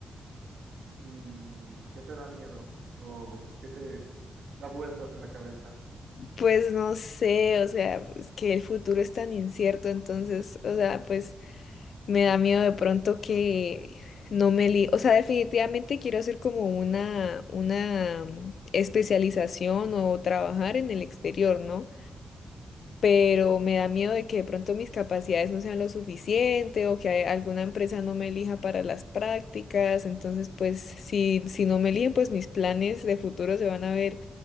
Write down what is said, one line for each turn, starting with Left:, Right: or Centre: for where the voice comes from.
Right: Mm, ¿qué te da miedo? ¿O qué te da vueltas en la cabeza?
Left: Pues no sé, o sea, es que el futuro es tan incierto, entonces, o sea, pues me da miedo de pronto que no me li, o sea, definitivamente quiero hacer como una, una mm, especialización o trabajar en el exterior, ¿no? pero me da miedo de que de pronto mis capacidades no sean lo suficiente o que a- alguna empresa no me elija para las prácticas. Entonces, pues si, si no me eligen, pues mis planes de futuro se van a ver